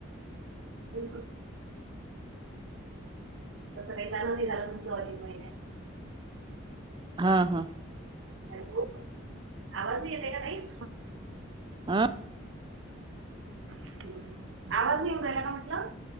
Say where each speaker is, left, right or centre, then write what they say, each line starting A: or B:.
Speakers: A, on the right; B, on the right.
A: ह तसं काही झालं नाही, झाला म्हणतो अधिक महिन्यात
B: हा हा.
A: हॅलो आवाज नाही येत का ताई
B: आ
A: ् आवाज येवू राहिला का म्हटलं?